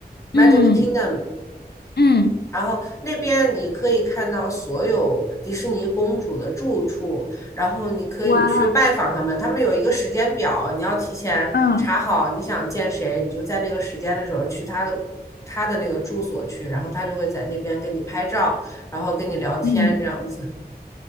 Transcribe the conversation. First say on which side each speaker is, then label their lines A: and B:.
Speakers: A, on the left (about 20°); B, on the left (about 80°).
A: ，Magic
B: 嗯
A: Kingdom。
B: 嗯，
A: 然后那边你可以看到所有迪士尼公主的住处，然后你可以去拜访他们。
B: 哇，
A: 他们有一个时间表，你要提前查好你想见谁，
B: 嗯。
A: 你就在那个时间的时候去他的他的那个住所去，然后他就会在那边跟你拍照，然后跟你聊天这样子。
B: 嗯，